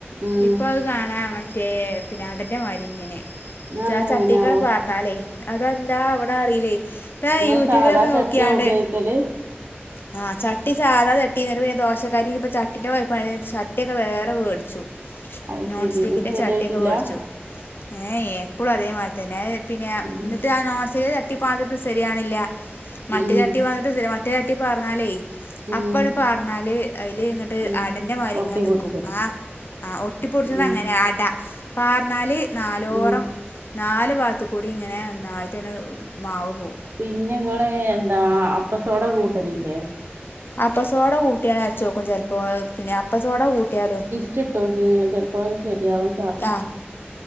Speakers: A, on the right; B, on the left.
A: ഉം
B: ഇപ്പ അത് കാണാ മറ്റേ, പിന്നെ അടൻ്റെ മാതിരി ങ്ങനെ.
A: അതെന്താ
B: ചട്ടീക്കണ്
A: അങ്ങനാവോ
B: പാർന്നാലയ് അതെന്താ അവിടെ അറിയിലെ? ഇപ്പ ഞാൻ
A: ഇങ്ങള്
B: യൂട്യൂബിലൊക്കെ
A: സാധാ ചട്ടിയാ
B: നോക്കിയാണ്ട
A: ഉപയോഗിക്കല്
B: ആ ചട്ടി സാധാര ചട്ടി ന്നട്ട് പിന്നെ ദോശക്കരി <unintelligible> ട്ടിന്റെ കൊയപ്പാണ്ര്തി ചട്ടിയൊക്കെ വേറെ വേടിച്ചു.
A: അത്
B: നോൺസ്റ്റിക്കിന്റെ
A: ശരി ഇന്നട്ട് ശരിയായിട്ടില്ല
B: ചട്ടിയൊക്കെ വേടിച്ചു. ഏഎ പ്പളും അതേമാതിരി തന്നെ. അയ് പിന്നെ,
A: ഉം
B: ന്നിട്ട്, ആ നോൺസ്റ്റിക്ക് ചട്ടി പ്പോ <unintelligible> ശരിയാവണില്ല മറ്റെ
A: ഉം
B: ചട്ടി <unintelligible> മറ്റേ ചാട്ടി പാർന്നാലേ
A: ഉം
B: അപ്പണ് പാർന്നാല് അയി ല്ങ്ങ
A: ഉം
B: അടന്റെ മാരിങ്ങനെ
A: ഒട്ടി
B: നിക്കും.
A: പിടിച്ചു
B: ആഹ് ആ ഒട്ടിപ്പുട്ച്ച്ണ
A: ഉം
B: ങ്ങനെ അട പാർന്നാല് നാലോറം
A: ഉം
B: നാല് ഭാത്തുകൂടി ങ്ങനെ ഒന്നായിട്ടണ് മാവ് പോവും.
A: പിന്നെങ്ങള് എന്താ അപ്പസോഡ കൂട്ടല്ല്ലേ?
B: അപ്പസോട കൂട്ടിയാണ് അരച്ചോക്കും ചെൽപ്പോ ഏഹ് പിന്നെ അപ്പസോട കൂട്ടിയാലും
A: ച്ചിട്ടോക്കി ഇങ്ങള് ചെൽപ്പം ശെരിയാവാൻ
B: ആഹ്